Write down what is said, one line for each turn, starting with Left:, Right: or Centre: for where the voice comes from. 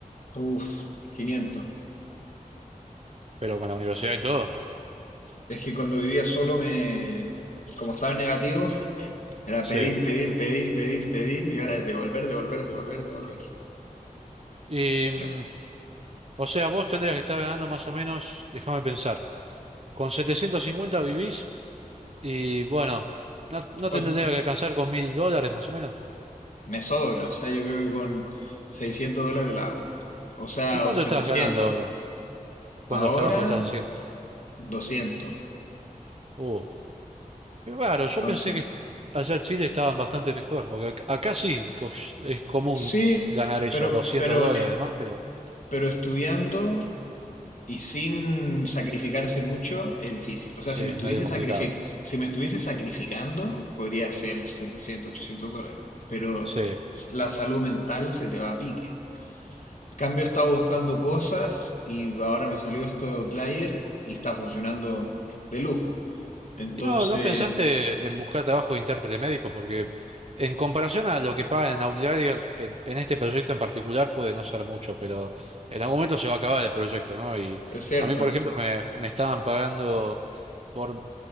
Left: Uf, 500.
Right: pero con la universidad y todo.
Left: Es que cuando vivía solo me. Como estaba en negativo, Era
Right: Sí.
Left: pedir, pedir, pedir, pedir, pedir y ahora es devolver, devolver, devolver, devolver.
Right: Y, mm,
Left: Ya.
Right: o sea, vos tendrías que estar ganando más o menos, déjame pensar, con 750 vivís y bueno, no, no te
Left: O-
Right: tendría que alcanzar con mil dólares más o menos.
Left: me sobra, o sea, yo creo que con 600 dólares la hago. O sea,
Right: ¿Y cuánto
Left: o setecientos
Right: estás ganando ahora con
Left: Ahora
Right: los trabajos que estás haciendo?
Left: doscientos
Right: Uh, Qué raro, yo
Left: Entonces,
Right: pensé que allá en Chile estaban bastante mejor, porque ac- acá sí co- es común
Left: sí,
Right: ganar eso,
Left: pero,
Right: 200
Left: pero,
Right: dólares
Left: es-
Right: y demás, pero
Left: pero estudiando y sin sacrificarse mucho es difícil. O sea,
Right: sí,
Left: si
Right: es
Left: me estuviese
Right: medio complicado.
Left: sacrific- si me estuviese sacrificando, podría ser 700 800 dólares. Pero
Right: Sí.
Left: la salud mental se te va a pique. Cambio estaba buscando cosas y ahora me salió esto de Outlier y está funcionando de lujo. Entonces,
Right: ¿Y no, no pensaste en buscar trabajo de intérprete médico? Porque en comparación a lo que pagan en Outlier, en, en este proyecto en particular puede no ser mucho, pero en algún momento se va a acabar el proyecto, ¿no? Y
Left: es cierto.
Right: a mí, por ejemplo, me, me estaban pagando por